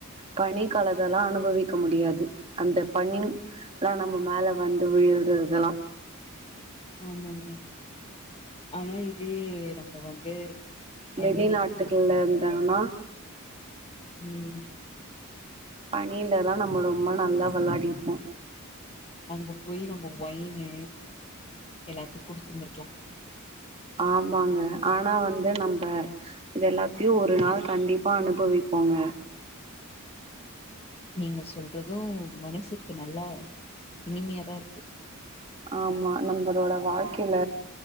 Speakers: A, on the right (about 30°); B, on the left (about 25°).
A: பனி காலதெல்லா அனுபவிக்க முடியாது அந்த பனி எல்லா நம்ப மேல வந்து விழுறது அதெல்லா
B: ஆம்மாம் பா ஆனா இதே நம்ப வந்து
A: வெளிநாட்டுகள்ல
B: அமெரிக்கா
A: இருந்தாங்னா
B: ம்
A: பனிலல்லா நம்ம ரொம்ப நல்லா வெள்யாடிப்போ
B: அங்க போயி நம்ம ஒயினு எல்லாத்தையும் குடிச்சிருந்திருக்லாம்
A: ஆமாங்க ஆனா வந்து நம்ப இது எல்லாத்தையும் ஒரு நாள் கண்டிப்பா அனுபவிப்போங்க
B: நீங்க சொல்றது மனசுக்கு நல்லா இனிமையாதா இருக்கு
A: ஆம்மா நம்பளோட வாழ்க்கைல